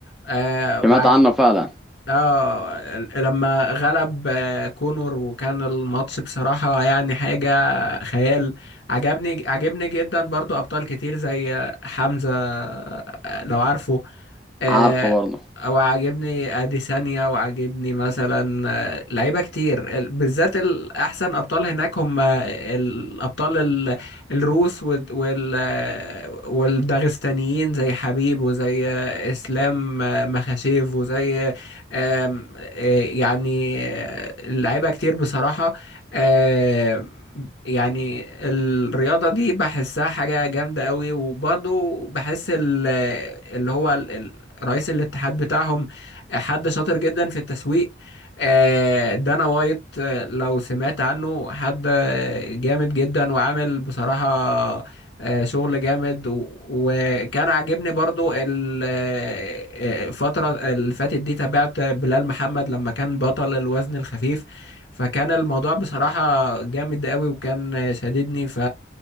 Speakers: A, on the left; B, in the centre.
A: آه وعج...
B: سمعت عنه فعلا
A: اه لما غلب آه كونور وكان الماتش بصراحة يعني حاجة خيال عجبني عجبني جدا برضو أبطال كتير زي حمزة آه، لو عارفه آه،
B: عارفه برضه
A: او عاجبني اديسانيا وعاجبني مثلا آه، لعيبه كتير ال- بالذات الاحسن ابطال هناك هم الابطال ال- الروس وال وال- آه، والداغستانيين زي حبيب وزي آه، اسلام آه، مخاشيف وزي آم، آه، يعني آه، لعيبه كتير بصراحه آه، يعني الرياضة دي بحسها حاجة جامدة قوي وبرضو بحس ال- اللي هو رئيس الاتحاد بتاعهم حد شاطر جدا في التسويق آه، دانا وايت آه، لو سمعت عنه حد آه، جامد جدا وعامل بصراحة آه، شغل جامد و- وكان عاجبني برضو ال- آه، الفترة اللي فاتت دي تابعت بلال محمد لما كان بطل الوزن الخفيف فكان الموضوع بصراحة جامد قوي وكان شديدني ف